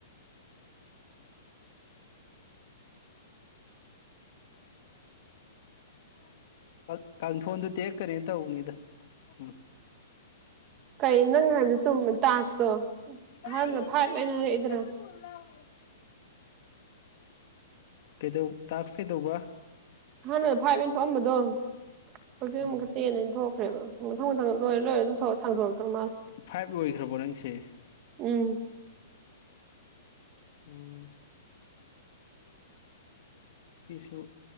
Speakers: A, on the left; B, on the right.
A: <unintelligible> <unintelligible> ꯀꯥꯡꯊꯣꯟꯗꯨ ꯇꯦꯛꯀꯅꯤꯅ ꯇꯧꯕꯅꯤꯗ ꯎꯨꯝ
B: ꯀꯩ ꯅꯪ ꯍꯥꯏꯕꯗꯣ ꯆꯨꯝꯃꯦ ꯇꯥꯛꯁꯇꯣ
A: ꯏꯕꯥꯏ
B: ꯑꯍꯥꯟꯕꯗ ꯐꯥꯏꯚ
A: ꯁꯦ ꯏꯇꯣꯟꯒꯤꯗꯁꯨ
B: ꯑꯅ ꯍꯥꯏꯔꯛꯏꯗꯅ
A: ꯁꯣꯜꯂꯨ ꯂꯥꯎꯅꯦ ꯀꯩꯗꯧ ꯇꯥꯛꯁ ꯀꯩꯗꯧꯕ
B: ꯑꯍꯥꯟꯕꯗ ꯐꯥꯏꯚ ꯍꯥꯏꯅ ꯊꯣꯛꯑꯝꯕꯗꯣ ꯍꯧꯖꯤꯛ ꯑꯃꯨꯛꯀ
A: ꯎꯝ
B: ꯇꯦꯟ ꯑꯅ ꯊꯣꯛ ꯈ꯭ꯔꯦꯕ ꯃꯊꯪ ꯃꯊꯪ ꯂꯣꯏꯔ ꯂꯣꯏꯔ ꯑꯗꯨꯝ ꯁꯥꯡꯗꯣꯔꯛꯇꯣ ꯃꯥꯜꯂꯦ
A: ꯐꯥꯏꯚ ꯂꯣꯏꯈ꯭ꯔꯕꯣ ꯅꯪꯒꯤꯁꯦ
B: ꯎꯨꯝ
A: ꯎꯨꯝ ꯁꯤꯁꯨ